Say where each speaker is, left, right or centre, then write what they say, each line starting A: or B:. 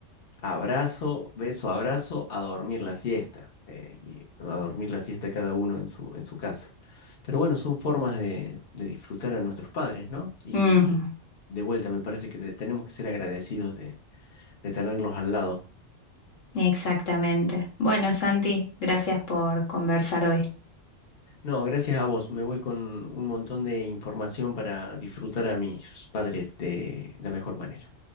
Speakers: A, on the left; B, on the left.
A: abrazo, beso, abrazo, a dormir la siesta, eh, y a dormir la siesta cada uno en su, en su casa. Pero bueno, son formas de, de disfrutar a nuestros padres, ¿no? Y
B: Ujú,
A: de vuelta, me parece que te- tenemos que ser agradecidos de, de tenerlos al lado.
B: exactamente. Bueno, Santi, gracias por conversar hoy.
A: No, gracias a vos. Me voy con un montón de información para disfrutar a mis padres de la mejor manera.